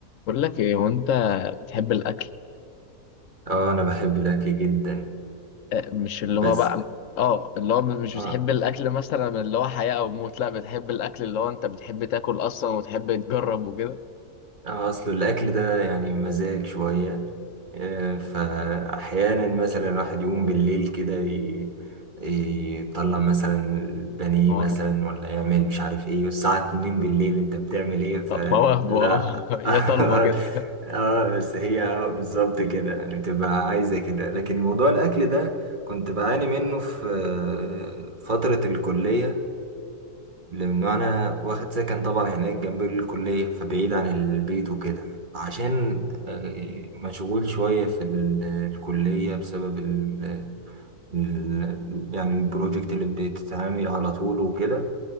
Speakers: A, on the left; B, on the right.
A: بقول لك ايه هو انت بتحب الاكل
B: اه انا بحب الاكل جدا
A: آه، مش اللي
B: بس
A: هو بقى اه اللي هو مش
B: اه
A: بتحب الاكل مثلا اللي هو حياة او موت لا بتحب الاكل اللي هو انت بتحب تاكل اصلا وتحب تجرب وكده
B: آه، اصل الاكل ده يعني مزاج شويه آه، فاحيانا مثلا الواحد يقوم بالليل كده ي- يطلع مثلا البانيه
A: مواهب
B: مثلا ولا يعمل مش عارف ايه والساعه 2 بالليل انت بتعمل ايه فلا
A: آه، مواهب اه <laughs> يا
B: <laughs>
A: طالبة كده
B: اه بس هي اه بالظبط كده يعني بتبقى عايزه كده لكن موضوع الاكل ده كنت بعاني منه في آه، فتره الكليه لأنه أنا واخد سكن طبعا هناك جنب الكلية فبعيد عن البيت وكده عشان آه، مشغول شوية في ال- الكلية بسبب ال ال يعني البروجكت اللي بتتعامل على طول وكده